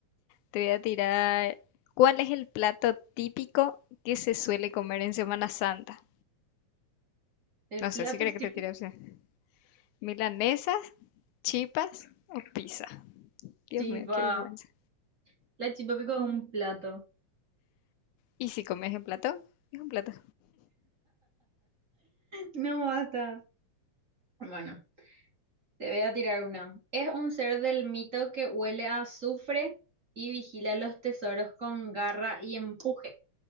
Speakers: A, on the left (about 80°); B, on the right (about 25°).
A: te voy a tirar. ¿Cuál es el plato típico que se suele comer en Semana Santa?
B: El
A: No sé
B: plato
A: si crees que
B: típico.
A: te tire opción. ¿Milanesas, chipas o pizza? Dios
B: Chipa.
A: mío, qué vergüenza.
B: La chipa pico es un plato.
A: ¿Y si comes en plato? Es un plato.
B: No basta. Bueno, te voy a tirar una. Es un ser del mito que huele a azufre y vigila los tesoros con garra y empuje.